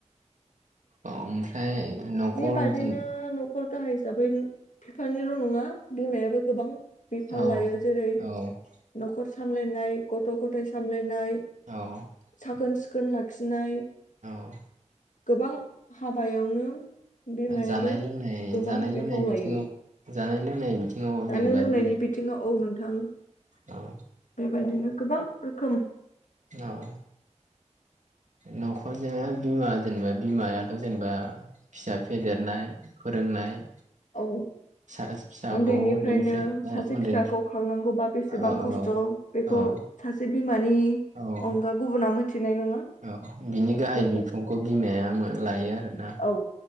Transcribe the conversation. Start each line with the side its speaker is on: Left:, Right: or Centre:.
Right: औ ओमफ्राय न'खर
Left: बेबादिनो
Right: औ
Left: न'खर गाहाय हिसाबै फिफानिल नङा बिमायाबो गोबां बिफाव
Right: औ
Left: लायो जेरै
Right: औ
Left: न'खर सामलायनाय गथ' गथाइ सामलायनाय
Right: औ
Left: साखोन सिखोन लाखिनाय
Right: औ
Left: गोबां हाबायावनो। बिमायाबो
Right: जानाय लोंनाय
Left: गोबां
Right: जानाय
Left: बिफाव
Right: लोंनाय बिदिनो।
Left: लायो
Right: जानाय लोंनाय बिथिङाव
Left: जानाय
Right: जेनेबा
Left: लोंनायनि
Right: बि
Left: बिथिङाव औ नोंथां
Right: औ
Left: बेबायदिनो गोबां रोखोम।
Right: औ न'खरजों बिमा जेनेबा बिमायाथ जेनेबा फिसा फेदेरनाय फोरोंनाय
Left: औ
Right: फिसा फिसाखौ
Left: उन्दैनिफ्रायनो
Right: उन्दैनिफ्राय
Left: सासे
Right: उन्दै
Left: फिसाखौ खांनांगौबा बेसेबां
Right: औ
Left: खस्थ
Right: औ
Left: बेखौ
Right: औ
Left: सासे मानि
Right: औ
Left: अनगा गुबुना मोनथिनाय नङा
Right: औ बिनि गाहाय
Left: बेफोर
Right: बिफंखौ बिमाया लायो आरो ना
Left: औ